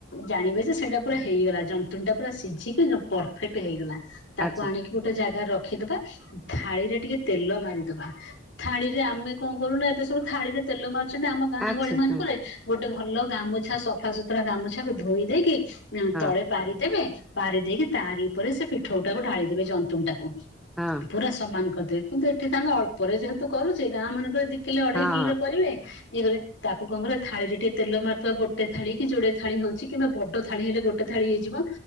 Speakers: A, on the left (about 65°); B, in the centre.
A: ଜାଣିବେ ଯେ ସେଇଟା ପୁରା ହେଇଗଲା ଜନ୍ତୁଣୀ ଟା ପୁରା ସିଝିକି ପରଫେକ୍ଟ ହେଇଗଲା। ତାକୁ
B: ଆଚ୍ଛା ଆଜ୍ଞା, ଆଚ୍ଛା
A: ଆଣିକି ଗୋଟେ ଜାଗାରେ ରଖିଦବା। ଥାଳିରେ ଟିକେ ତେଲ ମାରିଦବା। ଥାଳିରେ ଆମେ କଁ କରୁନା ଏବେ ସବୁ ଥାଳିରେ ତେଲ ମାରୁ। ଛନ୍ତି ଆମ ଗାଁ
B: ଆଚ୍ଛା
A: ଗହଳି ମାନଙ୍କ
B: ହୁଁ
A: ରେ ଗୋଟେ ଭଲ ଗାମୁଛା ସଫା ସୁତୁରା ଗାମୁଛା କୁ ଧୋଇ ଦେଇକି। ଆଁ
B: ହଁ
A: ତଳେ ପାରିଦେବେ ପାରି ଦେଇକି ତାରି ଉପରେ ସେ ପିଠଉଟାକୁ ଢାଳିଦେବେ ଜନ୍ତୁଣି ଟାକୁ।
B: ହଁ
A: ପୁରା ସମାନ କରିଦେବେ କିନ୍ତୁ ଏଠି ତାଙ୍କେ ଅଳ୍ପରେ ଯେହେତୁ କରୁଛେ ଗାଁ ମାନଙ୍କରେ ଦି କିଲୋ
B: ହଁ
A: ଅଢେଇ କିଲି
B: ହଁ
A: ରେ କରିବେ ଇଏ ରେ। ତାକୁ କଁ କରିବା ଥାଳିରେ ଟିକେ ତେଲ ମାରିଦବା ଗୋଟେ ଥାଳି କି ଯୋଡ଼େ ଥାଳି ହଉଛି କିମ୍ବା ବଡ ଥାଳି ହେଲେ ଗୋଟେ ଥାଳି ହେଇଯିବ।